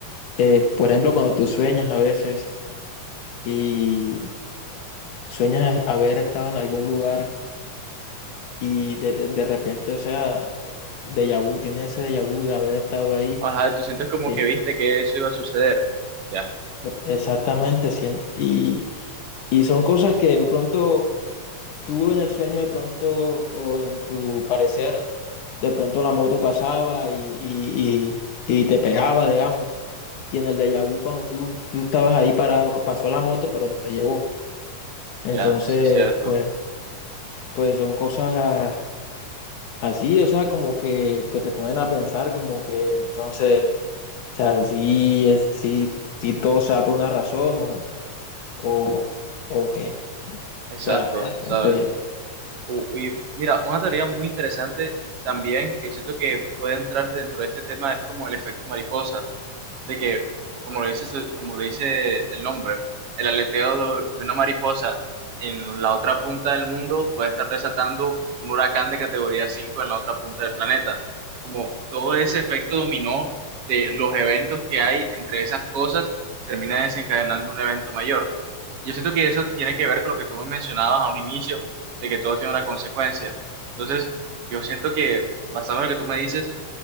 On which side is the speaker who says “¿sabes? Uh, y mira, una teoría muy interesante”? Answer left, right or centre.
Right